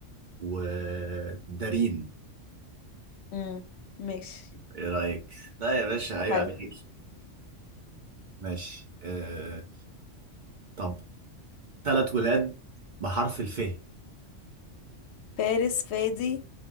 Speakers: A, on the right (about 55°); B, on the left (about 65°).
A: ودارين
B: مم. ماشي
A: ايه رايك لا يا باشا عيب
B: حلو
A: عليك
B: <laughs>
A: ماشي آه... طب ثلاث ولاد بحرف الف
B: فارس فادي